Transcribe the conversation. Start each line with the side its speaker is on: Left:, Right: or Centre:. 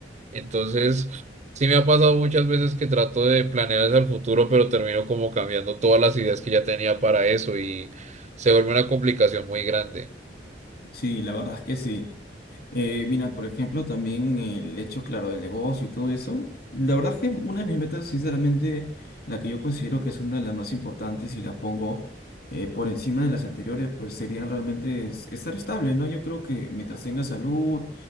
Right: Entonces, sí me ha pasado muchas veces que trato de planear hacia el futuro, pero termino como cambiando todas las ideas que ya tenía para eso y se vuelve una complicación muy grande.
Left: Sí, la verdad es que sí. Eh, mira, por ejemplo, también el hecho, claro, del negocio y todo eso. La verdad es que una de mis metas, sinceramente, la que yo considero que es una de las más importantes y la pongo eh, por encima de las anteriores, pues serían realmente es- estar estable, ¿no? Yo creo que mientras tenga salud